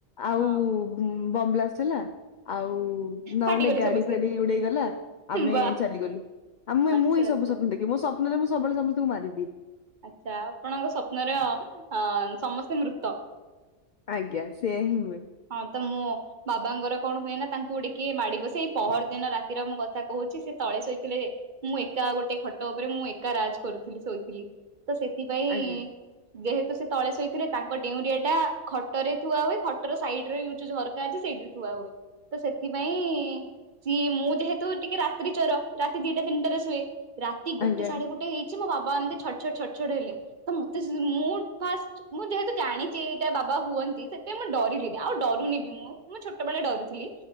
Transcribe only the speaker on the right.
ହଁ
ଫାଟିଗଲେ
ସମସ୍ତେ
ବା
ଆଚ୍ଛା
ଆଚ୍ଛା
ଆଚ୍ଛା ଆପଣଙ୍କ ସ୍ୱପ୍ନର ସମସ୍ତେ ମୃତ।
ହନ୍ ତ ମୁଁ ବାବାଙ୍କର କଣ ହୁଏ ନା ତାଙ୍କୁ ଟି କିଏ ମାଡି ବସେ ଏଇ ପହର ଦିନ ରାତିର ମୁଁ କଥା କହୁଛି ସେ ତଳେ ଶୋଇଥିଲେ ମୁଁ ଏକା ଗୋଟେ ଖଟ ଉପରେ ମୁଁ ଏକା ରାଜ୍ କରୁଥିଲି ଶୋଇଥିଲି ତ ସେଥିପାଇଁ
ଯେହେତୁ ସେ ତଳେ ଶୋଇଥିଲେ ତାଙ୍କ ଡେଉଁରିଆ ଟା ଖଟରେ ଥୁଆ ହୁଏ। ଖଟ ସାଇଡ ରେ ଯୋଉ ଝରକା ଅଛି ସେଇଠିରେ ଥୁଆ ହୁଏ ତ ସେଥିପାଇଁ ସିଏ ମୁଁ ଯେହେତୁ ଟିକେ ରାତ୍ରି ଚୋର ରାତି ଦିଟା ତିନିଟାରେ ଶୁଏ ରାତି ଗୋଟେ
ସାଢେ ଗୋଟେ ହେଇ ଛି ମୋ ବାବା ଏମିତି ଛ ଛଟ ଛଟ ଛଟ ହେଲେ ତ ମତେ ମୁଁ ଫାଷ୍ଟ୍ ମୁଁ ଯେହେତୁ ଜାଣିଛି ଏଇଟା ବାବ୍ ବା ହୁଅନ୍ତି ସେତେ ମୁଁ ଡରି ଗଲି ଆଉ ଡରୁନି ବି ମୁଁ ଆଉ ମୁଁ ଛୋଟବେଳେ ଡରୁଥିଲି